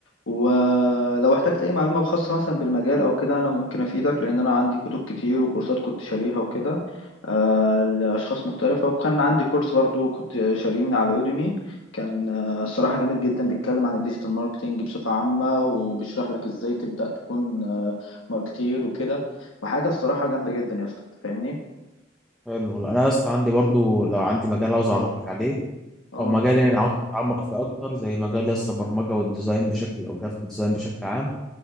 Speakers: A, on the left; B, in the centre.
A: ولو احتجت اي معلومه خاصه مثلا بالمجال او كده انا ممكن افيدك لان انا عندي كتب كتير وكورسات كنت شاريها وكده آه، لاشخاص مختلفه وكان عندي كورس برضو كنت شاريه من على يوديمي كان آه، الصراحه جامد جدا بيتكلم عن الديجيتال ماركتينج بصفه عامه وبيشرح لك ازاي تبدا تكون آه، ماركتير وكده وحاجه الصراحه جامده جدا يا اسطى أنت فاهمني
B: حلو والله. انا اصلا عندي برضو لو عندي مجال عاوز اعرفك عليه
A: اه
B: او مجال يعني عاوز اتعمق فيه اكتر زي مجال لسه البرمجه والديزاين بشكل او جرافيك ديزاين بشكل عام